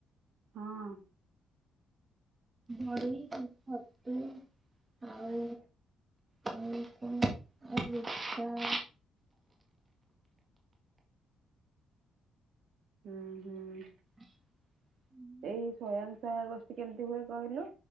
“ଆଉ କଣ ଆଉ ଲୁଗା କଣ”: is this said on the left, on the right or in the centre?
Right